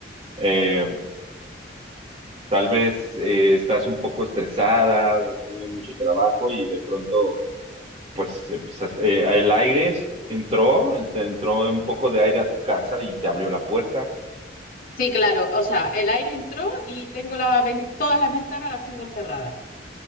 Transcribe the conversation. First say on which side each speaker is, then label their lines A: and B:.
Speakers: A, on the right (about 35°); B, on the left (about 50°).
A: Eh, tal vez eh, estás un poco estresada, has tenido mucho trabajo y de pronto, pues, eh, pues, has- eh, el aire es- entró, ent- entró un poco de aire a tu casa y te abrió la puerta.
B: Sí, claro, o sea, el aire entró y tengo la ven- todas las ventanas las tengo cerradas.